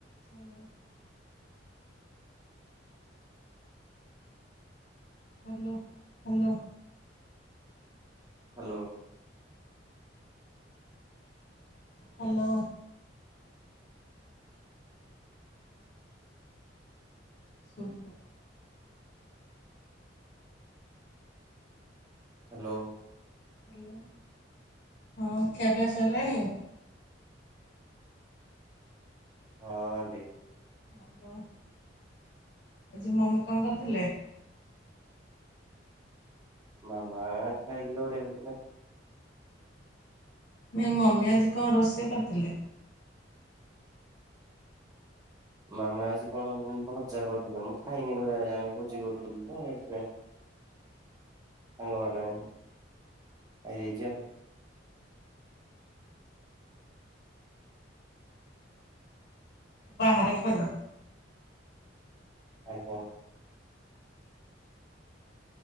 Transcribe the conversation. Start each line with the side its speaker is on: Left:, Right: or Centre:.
Left: Hello. Hello hello.
Right: Hello.
Left: Hello. ସୁବୁ
Right: hello.
Left: Hello ହଁ ଖିଆପିଆ ସରିଲାଣି?
Right: ହଁ ଆଣ୍ଟି।
Left: ଆଲୋ। ଆଜି ମମି କଣ କରିଥିଲେ?
Right: ମାମା ଖାାଇକି ଗଡି ନେଇ ଥିଲେ।
Left: ନାଇଁ ମମି ଆଜି କଣ ରୋଷେଇ କରିଥିଲେ?
Right: ମାମା ଆଜି କଣ ଭଜା କରିଥିଲେ ମୁଁ ଖାଇନି ଘରେ ଆଜି ଆମ ଭୋଜି କରୁଥିଲୁ ତ ଏଇଥିପାଇଁ ସାଙ୍ଗମାନେ ଖାଇଦେଇଚି ଆଉ।
Left: ବାହାରେ ଖାଇଲ?
Right: ଆଜ୍ଞା।